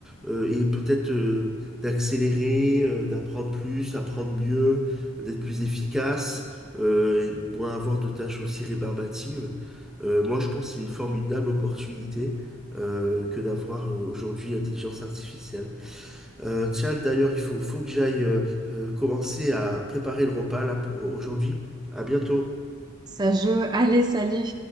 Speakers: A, in the centre; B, on the right.
A: euh, et peut-être euh, d'accélérer, euh, d'apprendre plus, apprendre mieux, d'être plus efficace, euh, et moins avoir de tâches aussi rébarbatives. Euh, moi, je pense que c'est une formidable opportunité euh, que d'avoir euh, aujourd'hui l'intelligence artificielle. Euh, tiens, d'ailleurs, il faut, faut que j'aille euh, euh, commencer à préparer le repas là pour aujourd'hui. À bientôt.
B: Ça joue. Allez, salut!